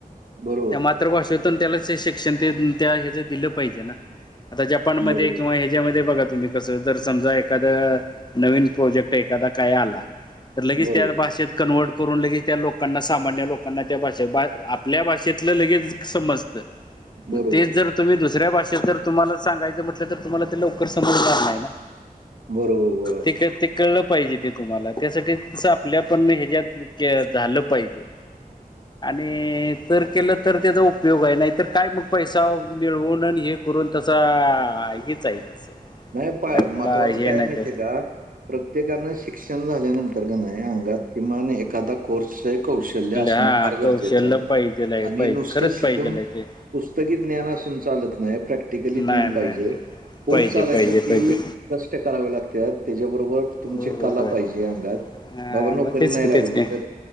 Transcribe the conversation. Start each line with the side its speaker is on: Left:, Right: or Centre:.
Right: बरोबर
Left: त्या मातृभाषेतून त्यालाच शिक्षण त्या ह्याच दिलं पाहिजे ना. आता जपानमध्ये
Right: बरोबर
Left: किंवा ह्याच्यामध्ये बघा तुम्ही. कस जर समजा एखाद नवीन प्रोजेक्ट एखादा काय आला. तर लगेच
Right: बरोबर
Left: त्या भाषेत कनवर्ट करून लगेच त्या लोकांना सामान्य लोकांना त्या भाषेत. आपल्या भाषेतलं लगेच समजत मग
Right: बरोबर
Left: तेच जर. तुम्ही दुसऱ्या भाषेत जर तुम्हाला सांगायचं म्हटलं तर तुम्हाला ते लवकर समजणार नाही ना.
Right: बरोबर बरोबर
Left: ते काय ते. कळलं पाहिजे ते तुम्हाला त्यासाठी तस आपल्या पण ह्याच्यात झालं पाहिजे आणि तर केलं तर त्याचा उपयोग आहे नाहीतर काय मग पैसा मिळवून आणि हे करून तसं आ हीच आहे तसं
Right: नाही प
Left: काही त्याला
Right: महत्वाचं
Left: हे
Right: काय
Left: नाही
Right: माहिती
Left: ते
Right: आहे का प्रत्येकानं शिक्षण झाल्यानंतर अंगात किमान एखादा कोर्स हे कौशल्य असणं
Left: हा
Right: फार गरजेचं
Left: कौशल्य
Right: आहे
Left: पाहिजेल आहे
Right: आणि
Left: पाहिजे
Right: नुसतं
Left: खरंच
Right: शिकून
Left: पाहिजेल आहे ते
Right: पुस्तकी ज्ञान असून चालत नाही प्रॅक्टिकली ज्ञान
Left: नाही
Right: पाहिजे
Left: नाही नाही
Right: पोट
Left: पाहिजे
Right: चालायसाठी
Left: पाहिजे पाहिजे
Right: कष्ट करावे लागतात त्याच्याबरोबर तुमची
Left: हो हो
Right: कला
Left: होय
Right: पाहिजे अंगात
Left: हा
Right: बाबा नोकरी
Left: मग तेच
Right: नाही
Left: की
Right: लागली
Left: तेच की
Right: तर